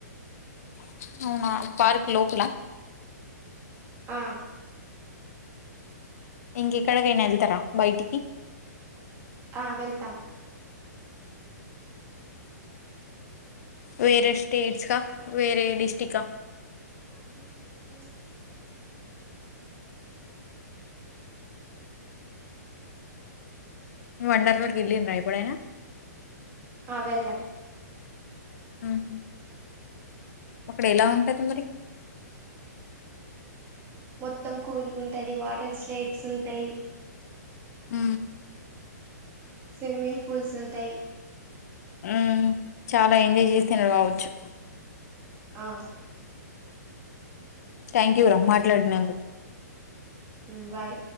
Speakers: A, on the left (about 60°); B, on the right (about 25°).
A: ప్చ్ అవునా పార్క్ లోక్లా
B: ఆ
A: ఇంకెక్కడికైనా వెళ్తారా బయటికి
B: ఆ వెళ్తాం
A: వేరే స్టేట్స్ కా వేరే డిస్ట్రికా
B: <inaudible>
A: వండర్లకి వెళ్ళిండ్ర ఎప్పుడైనా
B: ఆ వెళ్ళం
A: ఆహ అక్కడ ఎలా ఉంటది మరి
B: మొత్తం కూలిగా ఉంటది వాటర్ స్లైడ్స్ ఉంటాయి
A: అ
B: స్విమ్మింగ్ పూల్స్ ఉంటాయి
A: ఆ చాలా ఎంజాయ్ చేసన్నారు రావచ్చు
B: ఆ
A: థ్యాంక్ యూ రామ్ మాట్లాడినందుకు
B: ముబాయి